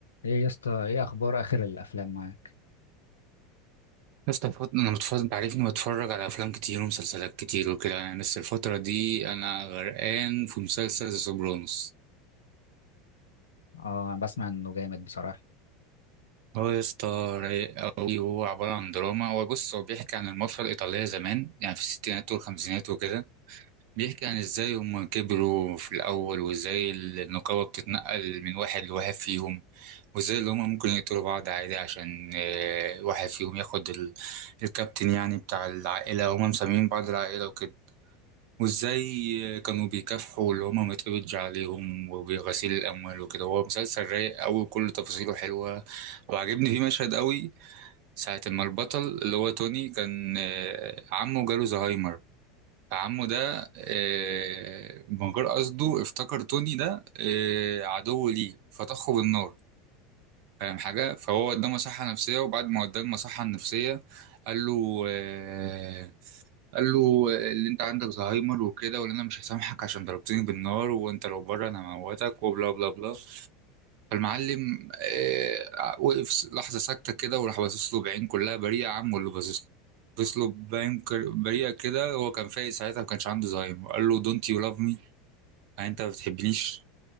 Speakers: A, on the left; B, on the right.
A: ايه يا اسطى ايه اخبار اخر الافلام معاك
B: يا اسطى الفت- انا متفرج انت عارفني بتفرج على افلام كتير ومسلسلات كتير وكده يعني بس الفتره دي انا غرقان في مسلسل ذا سوبرانوس
A: اه انا بسمع انه جامد بصراحه
B: هو يا اسطى رايق قوي هو عباره عن دراما هو بص هو بيحكي عن المافيا الايطاليه زمان يعني في الستينات والخمسينات وكده بيحكي عن ازاي هم كبروا في الاول وازاي النقابه بتتنقل من واحد لواحد فيهم وازاي اللي هم ممكن يقتلوا بعض عادي عشان آه، واحد فيهم ياخد ال- الكابتن يعني بتاع العائله هم مسميين بعض العائله وكده وازاي كانوا بيكافحوا اللي هما ما يتقبضش عليهم وبغسيل الاموال وكده هو مسلسل رايق قوي وكل تفاصيله حلوه وعجبني فيه مشهد قوي ساعه ما البطل اللي هو توني كان آه، عمه جاله زهايمر فعمه ده آه، من غير قصده افتكر توني ده آه، عدو ليه فطخه بالنار فاهم حاجه فهو قدامه صحه نفسيه وبعد ما قدامه صحه نفسيه قال له آه، قال له اللي انت عندك زهايمر وكده وان انا مش هسامحك عشان ضربتني بالنار وانت لو بره انا هموتك وبلا بلا بلا فالمعلم آه، وقف س- لحظه ساكته كده وراح باصص له بعين كلها بريئه يا عم واللي باصص له باصص له بعين كر- بريئه كده هو كان فايق ساعتها ما كانش عنده زهايمر قال له دونت يو لاف مي يعني انت ما بتحبنيش